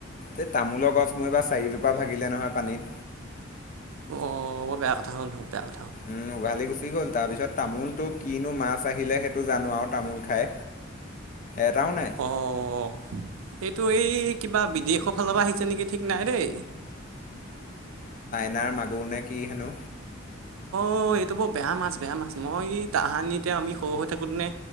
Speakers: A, on the left (about 40°); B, on the right (about 85°).
A: এই তামোলৰ গছ মোৰ এইবাৰ চাৰিজোপা ভাগিলে নহয় পানীত
B: অঁ অ'ব বেয়া কথা হ'ল হব বেয়া কথা হ'ল
A: উম উঘালি গুচি গ'ল তাৰ পিছত তামোলটো কিনো মাছ আহিলে সেইটো জানো আৰু তামোল খাই এটাও নাই
B: অঁ এইটো এই কিবা বিদেশৰ ফালৰ পৰা আহিছে নেকি ঠিক নাই দেই
A: নাৰ মাগুৰ নে কি হেনো
B: অ এইটো বৰ বেয়া মাছ বেয়া মাছ মই তাহানিতে এয়া আমি সৰু হৈ থাকোতে নে